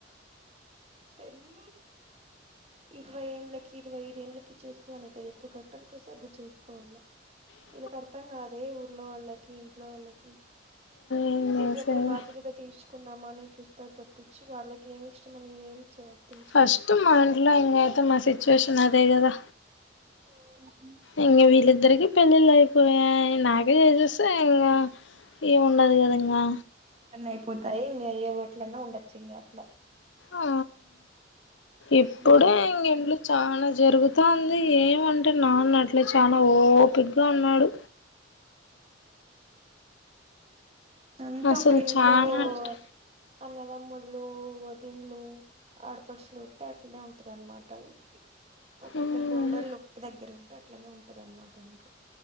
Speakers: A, on the right; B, on the left.
A: పెళ్లి ఇరవై ఏండ్లకి ఇరవై ఐదు ఏండ్లకి చేసుకోవాలనే కదా ఎప్పుడు కరెక్ట్ అనిపిస్తే అప్పుడు చేసుకోవాల
B: అ
A: వీళ్ళకి అర్థం కాదే ఊళ్ళో వాళ్ళకి ఇంట్లో వాళ్ళకి
B: ఏం చేసేది
A: ఎప్పుడప్పుడు బాధ్యతతో తీర్చుకుందామా అని చూస్తారు తప్పించి వాళ్ళకేమి ఇష్టమని ఎం చేయరు గుర్తించారు
B: ఫస్ట్ మా ఇంట్లో ఇంకా అయితే మా సిచ్యువేషన్ అదే కదా
A: అ
B: ఇంగ వీళ్ళిద్దరికి పెళ్ళిళ్ళు నాకే తెల్సి ఇంకా ఏమిండదు కదా ఇంకా
A: న్న అయిపోతాయి మీ అయ్యే ట్లన్నా ఉండొచ్చు ఇంగ అట్లా
B: ఆ ఇప్పుడే
A: ఉమ్
B: ఇ చానా జరుగుతుంది ఏమంటే నాన్న అట్లే చాలా ఓపిక్గా ఉన్నాడు
A: అంత
B: అసలు
A: అప్పుడు ఇంట్లోవాళ్లు
B: చానా అంటే
A: అన్నదమ్ముళ్ళ వదన్లు ఆడపడుచులుట్టే అట్లానే ఉంటుంద అన్నమాట విల్కి ఒక
B: మ్
A: ఇద్దరు కోడళ్ళొక్క దగ్గర ఉంటే అట్లానే ఉంటదన్నమాట ఇంకా